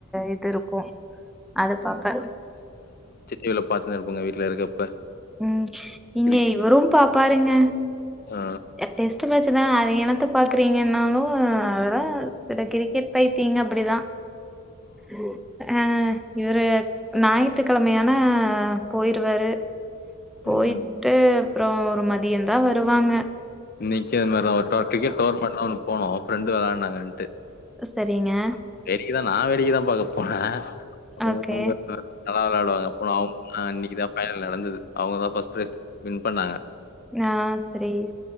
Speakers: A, in the centre; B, on the left.
A: இது இருக்கு அது பாப்பே
B: இவ்ளோ பாத்துனே இருப்பாங்க வீட்டுல இருக்கப்ப
A: உம் இங்க
B: கிரிக்கெட்
A: இவரு பாப்பாருங்க
B: ஆ
A: டேஸ்ட் மேச்சுதா அது எனத்த பாக்குறீங்கனாலு அதா சில கிரிக்கெட் பைத்தியங்க அப்டிதா ஓ அஹ் இவரு ஞாயித்து கிழமையானா போயிருவாரு போயிட்டு
B: ம்.
A: அப்புறோ ஒரு மதியோ தா வருவாங்க
B: நிச்சயமாதா டிக்கெட் டோர்னமென்ட் தா ஒன்னுபோனோ ஃப்ரெண்டு வரேனாங்கன்ட்டு
A: சரிங்க
B: வேடிக்க தா நா வேடிக்க தா பாக்க போனே அப்ப
A: ஓகே
B: உங்க நல்லா விளாடுவாங்க போன அவங்க இன்னைக்குதா ஃபைனல் நடந்தது அவங்கதா ஃபர்ஸ்ட் ப்ரைஸ் வின் பண்ணாங்க
A: ஆஹ் சரி